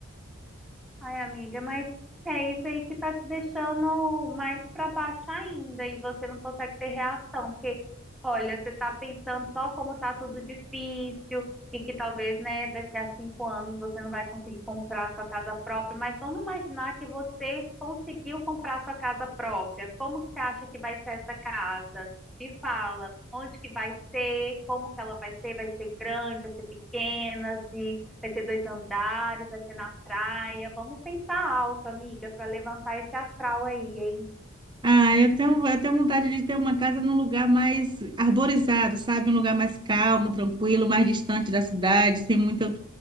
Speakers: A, in the centre; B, on the right (about 20°).
A: Ai, amiga, mas é isso aí que tá te deixando mais para baixo ainda e você não consegue ter reação, porque olha, você tá pensando só como tá tudo difícil e que talvez, né, daqui a cinco anos você não vai conseguir comprar sua casa própria, mas vamos imaginar que você conseguiu comprar sua casa própria. Como que você acha que vai ser essa casa? Me fala, onde que vai ser, como que ela vai ser, vai ser grande, vai ser pequena, de Vai ter dois andares, vai ser na praia. Vamos pensar alto, amiga, para levantar esse astral aí, hein?
B: Ah, eu tenho, eu tenho vontade de ter uma casa num lugar mais arborizado, sabe? Um lugar mais calmo, tranquilo, mais distante da cidade, sem muito,